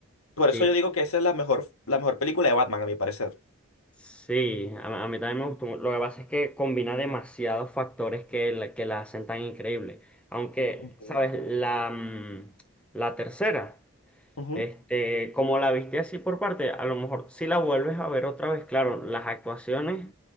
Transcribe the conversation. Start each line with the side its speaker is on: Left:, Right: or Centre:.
Left: Por
Centre: sí,
Left: eso yo digo que esa es la mejor, la mejor película de Batman, a mi parecer.
Centre: sí, a, a mí también me gustó. Lo que pasa es que combina demasiados factores que la, que la hacen tan increíble. Aunque,
Left: Ujú.
Centre: ¿sabes? La, mm, la tercera.
Left: Ujú,
Centre: Este, como la viste así por parte, a lo mejor si la vuelves a ver otra vez, claro, las actuaciones